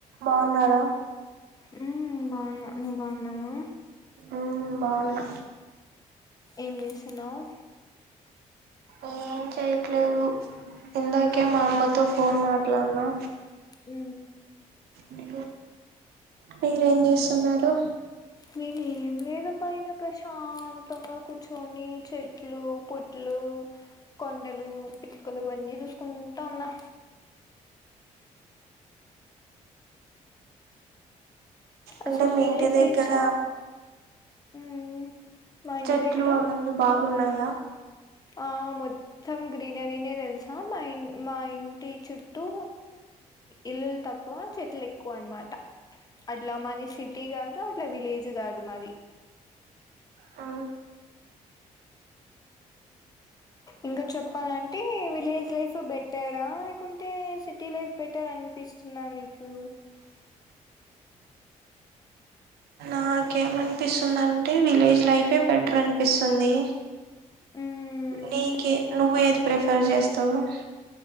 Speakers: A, on the right; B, on the left.
A: బాగున్నారా
B: ఉ బావున నువ్వు బాగున్నావా
A: ఉ బావునా
B: ఏంచేస్తున్నావ్
A: ఏం చెయట్లేదు ఇందాకే మా అమ్మతో ఫోన్ మాట్లాడినా
B: ఉ
A: మీ మీరు ఏం చేస్తున్నారు
B: నేనే ఏం లేదు పైన ప్రశాంతంగా కూర్చొని చెట్లు పొట్లు కొండలు పిచ్చకలువన్నీ చూసుకుంటా ఉన్నా
A: అంటే
B: అసలు
A: మీ
B: విలేజ్
A: ఇంటి దగ్గర
B: లైఫ్ చా హ్మ్ మా ఇంటి
A: చెట్లు
B: దగ్గర
A: అవన్నీ బాగున్నాయి
B: ఆ మొత్తం గ్రీనరీనే తెలుసా మా మా ఇంటి చుట్టూ ఇల్లులు తక్కువ చెట్లు ఎక్కువ అనమాట అట్లా మరి సిటీ కాదు అట్లా విలేజ్ కాదు మరి
A: అ
B: ఇంకా చెప్పాలంటే విలేజ్ లైఫ్ బెటరా లేకుంటే సిటీ లైఫ్ బెటర్ అనిపిస్తుందా మీకు
A: నాకేమనిపిస్తుంది అంటే విలేజ్ లైఫే బెటర్ అనిపిస్తుంది
B: మ్మ్
A: నీక నువేది ప్రిఫర్ చేస్తావ్ చేస్తావ్